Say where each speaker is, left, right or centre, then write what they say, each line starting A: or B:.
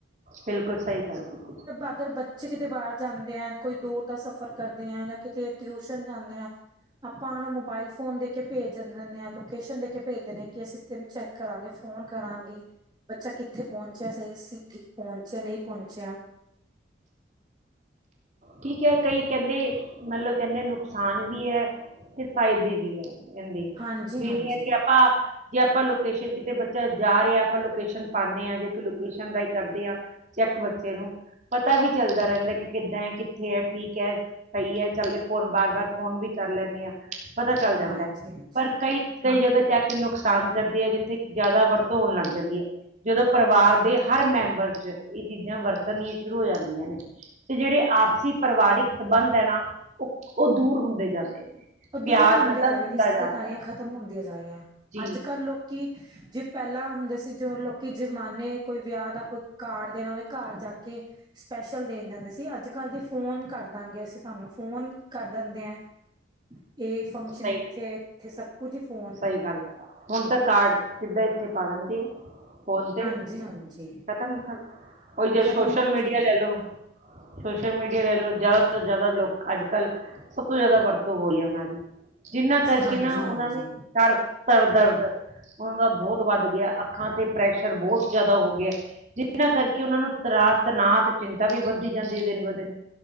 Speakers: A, on the right (about 40°); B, on the right (about 25°).
A: ਬਿਲਕੁਲ ਸਹੀ ਗੱਲ ਕੀਤੀ।
B: ਅਗਰ ਬੱਚੇ ਕਿਤੇ ਬਾਰ ਜਾਂਦੇ ਐਂ, ਕੋਈ ਦੂਰ ਦਾ ਸਫ਼ਰ ਕਰਦੇ ਆਂ, ਯਾ ਕਿਤੇ ਟਿਊਸ਼ਨ ਜਾਂਦੇ ਆਂ ਅਪਾਂ ਓਨਾਂ ਨੂੰ ਮੋਬਾਇਲ ਫੋਨ ਦੇ ਕੇ ਭੇਜ ਜਣ ਦਿੰਣੇ ਆਂ, ਲੋਕੇਸ਼ਨ ਦੇ ਕੇ ਭੇਜ ਦਿਣੇ ਆਂ ਕਿ ਅਸੀਂ ਤੈਨੂੰ ਚੈੱਕ ਕਰਾਂਗੇ, ਫੋਨ ਕਰਾਂਗੀ, ਬੱਚਾ ਕਿੱਥੇ ਪਹੁੰਚਿਆ? ਸਹੀ ਸੀ ਪਹੁੰਚਿਆ ਨਹੀਂ ਪਹੁੰਚਿਆ।
A: ਠੀਕ ਹੈ, ਕਈ ਕੈੰਦੇ ਮਤਲਬ ਕੈੰਦੇ ਨੁਕਸਾਨ ਵੀ ਐ ਤੇ ਫਾਇਦੇ ਵੀ ਐ। ਐੰਦੇ,
B: ਹਾਂਜੀ
A: ਵੀ
B: ਹਾਂਜੀ
A: ਨੀ ਐ ਕਿ ਅਪਾਂ ਜੇ ਅਪਾਂ ਲੋਕੇਸ਼ਨ ਕਿਤੇ ਬੱਚਾ ਜਾ ਰਿਐ, ਅਪਾਂ ਲੋਕੇਸ਼ਨ ਪਾਣੇ ਆਂ ਜੇ ਇੱਕ ਲੋਕੇਸ਼ਨ ਦਾ ਈ ਕਰਦੇ ਆਂ ਚੈੱਕ ਬੱਚੇ ਨੂੰ। ਪਤਾ ਵੀ ਚੱਲਦਾ ਰੈੰਦਾ ਕਿ ਕਿੱਦਾਂ ਐ ਕਿ ਥੇ ਐ ਠੀਕ ਐ ਸਹੀ ਐ, ਚੱਲੇ ਫੋਨ ਬਾਰ-ਬਾਰ ਫੋਨ ਵੀ ਕਰ ਲੈਂਣੇ ਆਂ। ਪਤਾ ਚੱਲ ਜਾਂਦੈ,
B: ਹਾਂਜੀ ਹਾਂਜੀ
A: ਪਰ ਕਈ ਕਈ
B: ਹਾਂ
A: ਜਗ੍ਹਾਹ ਚੈਕ ਤੇ ਨੁਕਸਾਨ ਕਰਦੀ ਐ, ਜਿੱਥੇ ਜੈਦਾ ਵਰਤੋਂ ਹੋਣ ਲੱਗ ਜਾਂਦੀ ਐ। ਜਦੋਂ ਪਰਿਵਾਰ ਦੇ ਹਰ ਮੈਂਬਰ ਚ, ਇਹ ਚੀਜ਼ਾਂ ਵਰਤਣੀਆਂ ਸ਼ੁਰੂ ਹੋ ਜਾਂਦੀਆਂ ਨੇ। ਤੇ ਜੇੜੇ ਆਪਸੀ ਪਰਿਵਾਰਿਕ ਸਬੰਧ ਐ ਨਾ, ਓਹ ਓਹ ਦੂਰ ਹੁੰਦੇ ਜਾਂਦੇ ਨੇ।
B: ਔ ਦੂਰ
A: ਪਿਆਰ
B: ਹੁੰਦੇ
A: ਖਤਮ
B: ਜਾ ਰੇ,
A: ਹੁੰਦਾ
B: ਰਿਸ਼ਤੇਦਾਰੀਆਂ
A: ਜਾਂਦਾ ਹੈ
B: ਖਤਮ ਹੁੰਦੀਆਂ ਜਾ ਰੀ ਐ।
A: ਜੀ
B: ਅੱਜ-ਕੱਲ੍ਹ ਲੋਕ ਕੀ ਜੇ ਪੈਹਲਾਂ ਹੁੰਦੇ ਸੀ, ਜੋ ਲੋਕੀ ਜਮਾਨੇ ਕੋਈ ਵਿਯਾ ਦਾ ਕੋਈ ਕਾਰਡ ਦੇਣਾ ਔਦੇ ਘੱਰ ਜਾ ਕੇ, ਸਪੈਸ਼ਲ ਦੇਣ ਜਾਂਦੇ ਸੀ। ਅੱਜ-ਕੱਲ ਜੀ ਫੋਨ ਕਰਦਾਂਗੇ ਅਸੀਂ ਤੁਆਨੂੰ ਫੋਨ ਕਰ ਦੰਦੇ ਐ। ਏ ਫੰਕਸ਼ਨ
A: ਸਹੀ
B: ਐਥੇ ਐ, ਇੱਥੇ ਸਭ ਕੁਝ ਈ ਫੋਨ
A: ਸਹੀ ਗੱਲ ਹੁਣ ਤਾਂ ਕਾਰਡ ਸਿੱਧਾ ਇੱਥੇ ਪਾ ਦਿੰਦੇ ਐ। ਫੋਨ ਤੇ,
B: ਹਾਂਜੀ ਹਾਂਜੀ
A: ਖਤਮ ਕਰੋ, ਓਈ ਜੇ
B: ਖ਼ਤਮ
A: ਸੋਸ਼ਲ
B: ਹੋ ਚੁੱਕਿਆ
A: ਮੀਡੀਆ ਲੈਲੋ ਸੋਸ਼ਲ ਮੀਡੀਆ ਲੈ ਲੋ, ਜੈਯਾਦਾ ਤੋਂ ਜੈਯਾਦਾ ਲੋਕ ਅੱਜ-ਕੱਲ੍ਹ ਸਭ ਤੋਂ ਜੈਦਾ ਵਰ ਤੋ ਹੋਰੀ ਏ ਓਨਾਂ ਦੀ, ਜਿੱਨਾਂ ਕਰਕੇ
B: ਹਾਂਜੀ
A: ਨਾ ਓਨਾਂ
B: ਹਾਂਜੀ
A: ਨੂੰ ਸਰ ਸਰਦਰਦ ਉਨ੍ਹਾਂ ਦਾ ਬਹੁਤ ਵੱਧ ਗਿਆ, ਅੱਖਾਂ ਤੇ ਪ੍ਰੈਸ਼ਰ ਬਹੁਤ ਜੈਯਾਦਾ ਹੋ ਗਯਾ ਐ। ਜਿੱਨਾ ਕਰਕੇ ਓਨਾਂ ਨੂੰ ਤਰਾ ਤਨਾਤ ਤੇ ਚਿੰਤਾ ਵੀ ਵੱਧਦੀ ਜਾਂਦੀ ਏ ਦਿਨ ਬ ਦਿਨ।